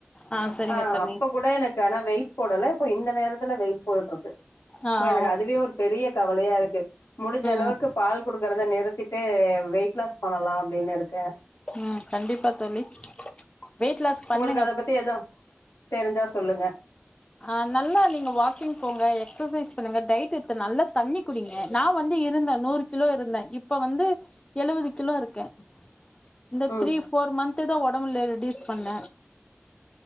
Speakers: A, on the left (about 25°); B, on the left (about 90°).
A: ஆ சரிங்க
B: அ
A: தோழி
B: அப்ப கூட எனக் கு ஆனா வெய்ட் போடல இப்ப இந்த நேரத்துல வெய்ட் போட்டுட்டு இருக்கு
A: ஆ
B: சோ
A: ஆ
B: எனக்கு
A: ஓகே
B: அதுவே ஒரு பெரிய கவலயா இருக்கு முடுஞ்ச அளவுக்கு
A: ம்
B: பால் குடுக்றத நிறுத்திட்டு வெய்ட் லாஸ் பண்ணலா அப்டின்னு இருக்கே
A: ம் கண்டிப்பா தோழி வெய்ட் லாஸ் பண்ணுங்க
B: உங்களுக்கு அத பத்தி எதா தெருஞ்சா சொல்லுங்க
A: ஆ நல்லா நீங்க வாக்கிங் போங்க எக்சசைஸ் பண்ணுங்க டைட் த்த நல்லா தண்ணி குடிங்க நா வந்து இருந்த நூறு கிலோ இருந்த இப்ப வந்து எழுவது கிலோ இருக்கே இந்த
B: ம்
A: த்ரீ ஃபோர் மந்துதா ஒடம்புல ரெடியூஸ் பண்ண